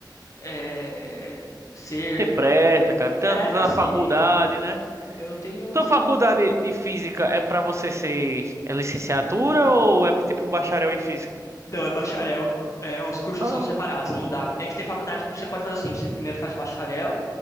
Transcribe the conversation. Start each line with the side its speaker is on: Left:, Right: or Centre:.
Left: é, ser
Right: Tem pressa, cara.
Left: depressa
Right: Tá, tá na
Left: assim,
Right: faculdade,
Left: tipo,
Right: né?
Left: eu tenho
Right: Tua
Left: que.
Right: faculdade de física é pra você ser é licenciatura ou é tipo um bacharel em física?
Left: Não, é bacharel. É, os cursos
Right: Ah,
Left: são separados, não dá. É que tem faculdade que você pode fazer assim, você primeiro faz bacharel,